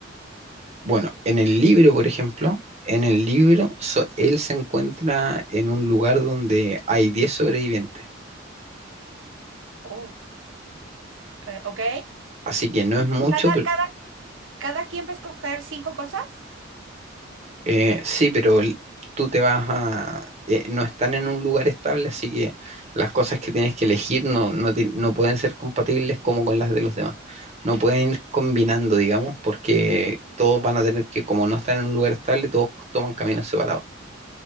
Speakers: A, on the right; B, on the right.
A: Bueno, en el libro, por ejemplo, en el libro so- él se encuentra en un lugar donde hay 10 sobrevivientes,
B: Oh, eh, ok.
A: así que no
B: Y
A: es mucho,
B: cada, cada Cada quien va a escoger cinco cosas.
A: Eh, sí, pero l- tú te vas a... eh, no están en un lugar estable, así que las cosas que tienes que elegir no, no, ti- no pueden ser compatibles como con las de los demás. No pueden ir combinando, digamos, porque todos van a tener que, como no están en un lugar estable, todos toman caminos separados.